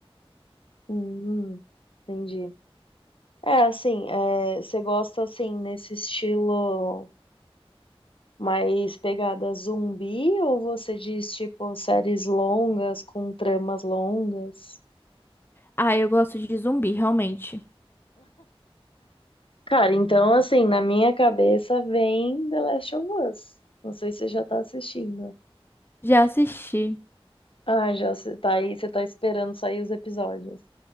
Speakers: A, on the left; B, on the left.
A: hum, entendi. É, assim, é, você gosta, assim, nesse estilo. Mas pegada zumbi ou você diz tipo séries longas com tramas longas?
B: Ah, eu gosto de zumbi, realmente.
A: Cara, então assim, na minha cabeça vem The Last of Us. Não sei se você já tá assistindo.
B: Já assisti.
A: Ah, já você tá aí, você tá esperando sair os episódios.